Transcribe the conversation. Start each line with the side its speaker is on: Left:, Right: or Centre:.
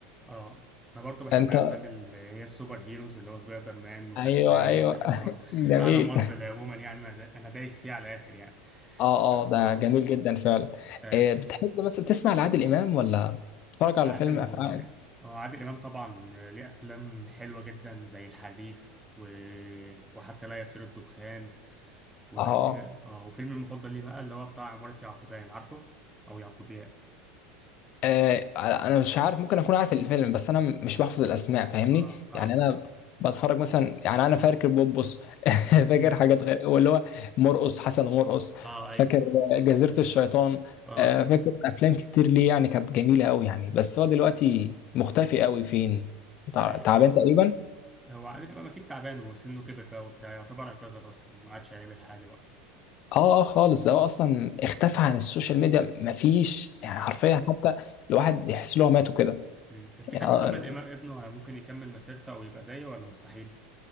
Centre: اه انا برضو بحب
Left: انت
Centre: افلام اللي هي السوبر هيروز اللي هو سبايدر مان وباتمان
Left: ايوه ايوه
Centre: وكده <laughs>
Left: <laughs> جميل
Centre: على مارفل عموما يعني انا دا- انا دايس فيه على الاخر يعني
Left: اه
Centre: ف- اه
Left: اه ده جميل جدا فعلا
Centre: اي
Left: آه، بتحب مثلا تسمع لعادل امام ولا تتفرج على
Centre: عادل
Left: فيلم افعال
Centre: اه عادل امام طبعا ليه افلام حلوه جدا زي الحريف و... وحتى لا يطير الدخان وكان
Left: اه آه.
Centre: في فيلم- اه وفيلم المفضل ليه بقى اللي هو بتاع عمارة يعقوبيان عارفه او يعقوبيان
Left: آه انا مش عارف ممكن اكون عارف الفيلم بس انا مش بحفظ الاسماء فاهمني
Centre: اه ايوه
Left: يعني انا بتفرج مثلا يعني انا فاكر بوبوس <laughs> فاكر
Centre: <laughs>
Left: حاجات غير واللي هو مرقص حسن ومرقص
Centre: اه ايوه
Left: فاكر
Centre: <laughs>
Left: جزيرة الشيطان
Centre: اه
Left: آه فاكر افلام كتير ليه يعني كانت جميلة قوي يعني بس هو دلوقتي مختفي قوي فين تع-
Centre: ايوه
Left: تعبان تقريبا
Centre: هو عادل امام اكيد تعبان وسنه كبر بقى وبتاع يعتبر اعتذر اصلا ما عادش هيعمل حاجه بقى
Left: اه اه خالص ده هو اصلا اختفى عن السوشيال ميديا مفيش يعني
Centre: ايوه
Left: حرفيا حتى الواحد يحس ان هو مات وكده
Centre: أمم. تفتكر
Left: يعني
Centre: محمد امام
Left: آه،
Centre: ابنه ممكن يكمل مسيرته او يبقى زيه ولا مستحيل